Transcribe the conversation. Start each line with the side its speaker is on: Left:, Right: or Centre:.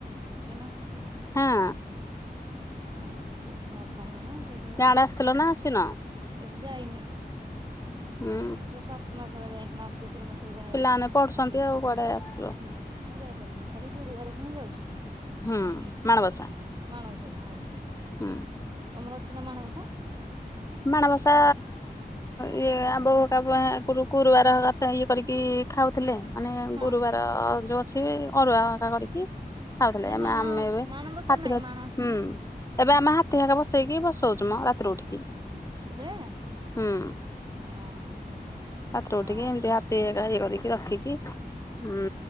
Right: <unintelligible>
Left: ହଁ।
Right: ହଁ ସେଇଠି ମୋ ଅପା ହର ଗାଁ, ସେଇଠୁ
Left: ଗାଁ ଆଡେ ଆସିଥିଲ ନା ଆସିନ?
Right: ଏବେ ଯାଇନି।
Left: ହୁଁ
Right: ଏ ଯୋଉ ସାତ ମାସ ହେଲା ଯାଇନି <unintelligible> ମାର୍ଗଶିର ମାସରେ ଯାହା
Left: ପିଲାମାନେ
Right: ଯାଇଥିଲି,
Left: ପଢୁଛନ୍ତି ଆଉ କୁଆଡେ ଆସିବ
Right: ହୁଁ ନାଇଁ ଯାଇ ପାରୁନି ଖାଲି ଗୁରୁବାରକୁ ହିଁ ଯାଉଛି।
Left: ହୁଁ ମାଣବସା।
Right: ମାଣବସା କୁ ହଁ।
Left: ହୁଁ।
Right: ତମର ଅଛି ନା ମାଣବସା?
Left: ମାଣବସା ଇଏ <unintelligible> ଗୁରୁବାର ତ ଇଏ କରିକି ଖାଉଥିଲେ, ମାନେ
Right: ହଁ।
Left: ଗୁରୁବାର ଯୋଉ ଅଛି ଅରୁଆ ଭାତ କରିକି ଖାଉଥିଲେ,
Right: ନାଇଁ ମାଣ
Left: ଆମେ ଏବେ
Right: ମାଣବସା
Left: <unintelligible>
Right: ନାଇଁ ମାଣ
Left: ହୁଁ। ଏବେ ଆମେ <unintelligible> ବସେଇକି ବସୋଉଚୁ ମ ରାତିରୁ ଉଠିକି।
Right: ଏବେ?
Left: ହୁଁ।
Right: ଓହୋ।
Left: ରାତିରୁ
Right: ହଁ
Left: ଉଠିକି ଏମ୍ତି ହାତି ହେକା ଇଏ କରିକି ରଖିକି ହୁଁ